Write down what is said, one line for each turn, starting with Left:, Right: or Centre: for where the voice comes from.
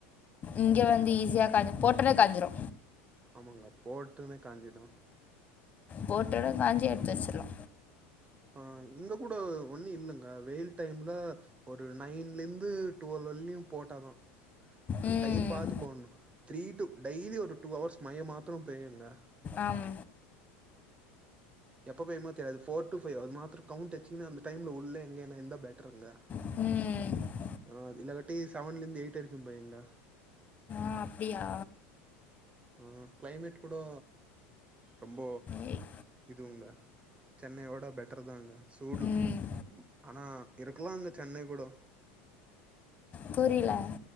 Left: இங்க வந்து ஈஸியா காஞ் போட்டோனே காஞ்சிரூ
Right: ஆமாங்க போட்டுன்னே காஞ்சிடும்
Left: போட்டோனே காஞ்சி எட்த்து வச்சிறுவோ
Right: ஆ இங்க கூட ஒன்னூ இல்லங்க வெயில் டைம்ல ஒரு நைன்ல இருந்து டுவல் வர்லுயூ போட்டாதா அது
Left: ம்
Right: டைம் பாத்து போட்ணூ த்ரீ டூ டெய்லி ஒரு டூ ஹர்ஸ் மயே மாத்திரெ பெய்யுங்க
Left: ஆம்
Right: எப்ப பேயுமோ தெரியாது ஃபோர் டு ஃபைவ் அது மாத்தரம் கவுண்ட் வெச்சுன்னா அந்த டைம் உள்ளே எங்கேன்னா இர்ந்தா பெட்டருங்க
Left: ம்
Right: அ இல்லகட்டி சவன்லிந்து எயிட் வரைக்கூ பேயுங்க
Left: அ அப்டியா
Right: ஆ க்ளைமேட் கூடோ ரொம்ப
Left: ஏய்.
Right: இதுங்க சென்னையோட பெட்டரு தாங்க சூடூ
Left: ம்
Right: ஆனா இருக்கலாங்க சென்னை கூடோ
Left: புரில்ல